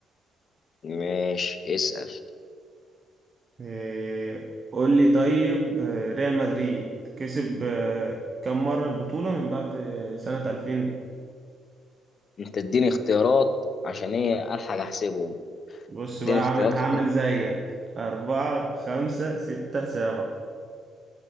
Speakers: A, on the left (about 50°); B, on the right (about 35°).
A: ماشي اسأل
B: آه، قول لي طيب آه، ريال مدريد كسب آه، كم مرة البطولة من بعد آه، سنة 2000
A: انت اديني اختيارات عشان ايه الحق احسبهم
B: بص
A: اديني
B: بقى
A: اختيارات
B: عامل هعمل
A: كنت
B: زيك أربعة خمسة ستة سبعة